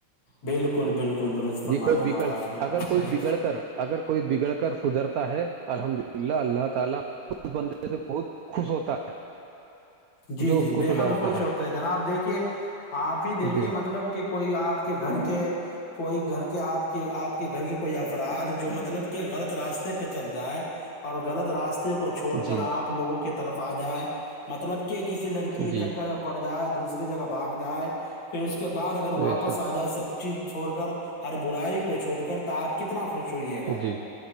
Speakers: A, on the left; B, on the right.
A: بالکل بالکل درست فرما
B: جی کوئی
A: جناب
B: بگڑ
A: آپ بالکل
B: اگر کوئی
A: صحیح
B: بگڑ کر اگر کوئی بگڑ کر سدھرتا ہے الحمدلہ اللہ اللہ تعالی اس بندے سے بہت خوش ہوتا ہے <inaudible>
A: جی
B: جو
A: جی
B: اس کو
A: بےحد
B: سدھارتا
A: خوش
B: ہے
A: ہوتے ہیں جناب دیکھیے آپ ہی دیکھیے
B: جی
A: مطلب کہ کوئی آپ کے گھر کے کوئی گھر کے آپ کے آپ کے گھر کے کوئی افراد جو مطلب کہ غلط راستے پہ چل جائے اور غط راست کو چھوڑ کر
B: جی
A: آپ لوگوں کی طرف آ جائیں مطلب کہ کسی لڑکی کے
B: جی
A: چکر میں پڑ جائے دوسری جگہ بھاگ جائے پھر اس کے بعد اگر
B: بے
A: واپس
B: شک
A: آ جائے سب چیز چھوڑ کر ہر برائی کو چھوڑ کر تو آپ کتنا خوش ہوئیے گا
B: جی